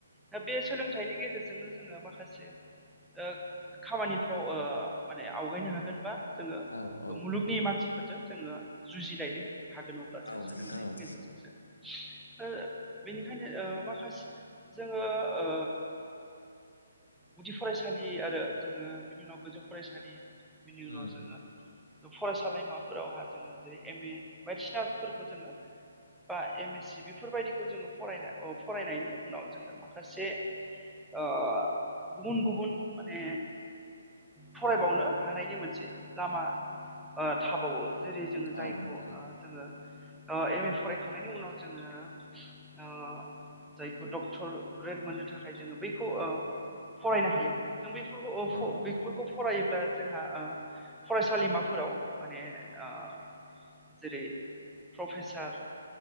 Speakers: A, in the centre; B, on the left (about 85°).
A: दा बे सोलोंथाइनि गेजेरजोंनो जोङो माखासे ओ खामानिफ्राव ओ माने आवगायनो हागोनबा जोङो
B: औ औ
A: मुलुगनि मानसिफोरजों जोङो जुजिलायनो हागोन अब्लासो
B: औ
A: सोलोंथाइनि
B: नोंथां औ
A: गेजेरजोंसो ओ बेनिखायनो ओ माखास जोङो ओ गुदि फरायसालि आरो जोङो बिनि उनाव गोजौ फरायसालि। बिनि
B: उम
A: उनाव जोङो ओ फरायसालिमाफोरावहा जोङो जेरै एम ए बायदिसिनाफोरखौ जोङो। बा एम एस सि बेफोरबायदिखौ जोङो फराय फरायनायनि उनाव जोङो माखासे ओ गुबुन गुबुन माने फरायबावनो हानायनि मोनसे लामा ओ थाबावो। जेरै जोङो जायखौ
B: औ नोंथां
A: आ
B: औ
A: जोङो ओ एम ए फरायखांनायनि उनाव जोङो ओ जाय फोर डक्टर रेड मोननो थाखाय जोङो बैखौ
B: औ
A: ओ
B: औ
A: फरायनो हायो। जों बैफोरखौ
B: नंगौ
A: अफ
B: नोंथां
A: बैफोरखौ
B: नंगौ नंगौ
A: फरायोब्ला। जोंहा ओ फरायसालिमाफोराव माने ओ जेरै प्रफेसार